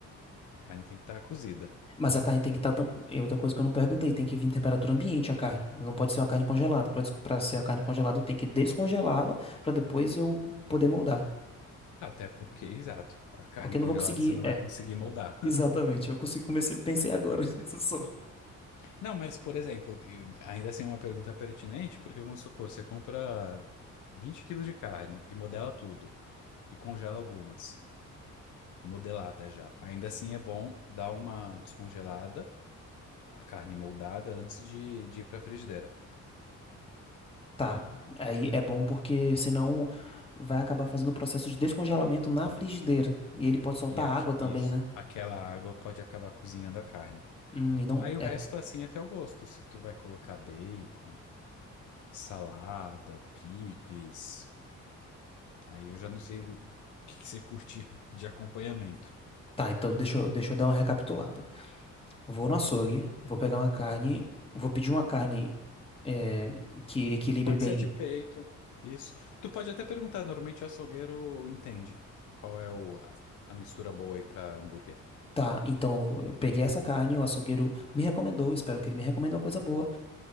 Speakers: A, on the left; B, on the left.
A: a carne tem que estar cozida.
B: Mas a carne tem que estar. é outra coisa que eu não perguntei, tem que vir em temperatura ambiente a carne. Não pode ser uma carne congelada. Pra, des- pra ser a carne congelada, eu tenho que descongelá-la pra depois eu poder moldar.
A: Até porque, exato, a carne
B: Porque eu
A: congelada
B: não vou conseguir.
A: você não vai
B: É.
A: conseguir moldar.
B: Exatamente. Eu consigo comecei, pensei agora <laughs> nisso só.
A: Não, mas, por exemplo, e ainda assim é uma pergunta pertinente, porque vamos supor, você compra 20 quilos de carne e modela tudo, e congela algumas, modelada já. Ainda assim é bom dar uma descongelada, a carne moldada, antes de, de ir para a frigideira.
B: Tá. Aí é bom porque senão vai acabar fazendo o processo de descongelamento na frigideira. E ele pode soltar
A: E aqui,
B: água também,
A: isso,
B: né?
A: aquela água pode acabar cozinhando a carne.
B: Hum, então.
A: Aí o
B: É.
A: resto, assim, é teu gosto. Se tu vai colocar bacon, salada, picles, aí eu já não sei o que que você curte de acompanhamento.
B: Tá, então deixa eu, deixa eu dar uma recapitulada. Vou no açougue, vou pegar uma carne, vou pedir uma carne é, que equilibre
A: Pode
B: bem.
A: ser de peito, isso. Tu pode até perguntar, normalmente o açougueiro entende qual é o, a, a mistura boa aí pra hambúrguer.
B: Tá, então eu peguei essa carne, o açougueiro me recomendou, espero que ele me recomende uma coisa boa.